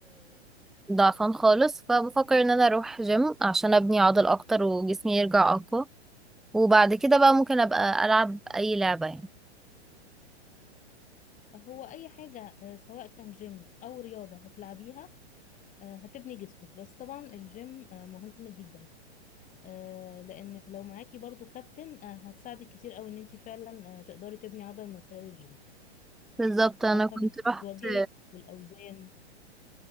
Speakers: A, in the centre; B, on the left (about 20°).
A: وضعفان خالص فبفكر ان انا اروح جيم عشان ابني عضل اكتر وجسمي يرجع اقوى وبعد كده بقى ممكن ابقى العب اي لعبة يعني
B: هو اي حاجه آه، سواء كان جيم او رياضه هتلعبيها آه، هتبني جسمك بس طبعا الجيم آه، مهم جدا آه، لان لو معاكي برضو كابتن آه، هتساعدك كتير قوي ان انت فعلا آه، تقدري تبني عضل من خلال الجيم
A: بالظبط انا
B: عارفه
A: كنت
B: بتواجهك
A: رحت
B: بالاوزان